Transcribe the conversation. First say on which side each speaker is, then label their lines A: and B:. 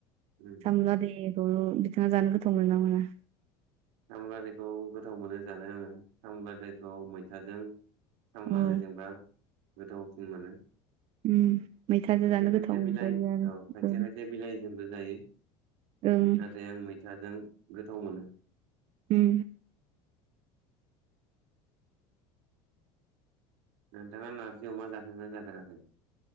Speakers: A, on the right; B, on the right.
A: उम
B: सामुलादाय <unintelligible> बिथाङा जानो गोथाव मोनोना मोना।?
A: साम'लादायखौ गोथाव मोनो जानो आङो। साम'लादायखौ मैथाजों साम'लादायजोंबा
B: औ
A: गोथावसिन मोनो।
B: उम मैथाजों
A: खायसे
B: जानो
A: खायसे
B: गोथाव मोनजायो
A: बिलाइ
B: आरो
A: औ खायसे
B: ओं
A: खायसे बिलाइजोंबो जायो।
B: ओं
A: नाथाय आं मैथाजों गोथाव मोनो।
B: उम
A: नोंथाङा नार्जि अमा जाफेरबायना जाफेराखै?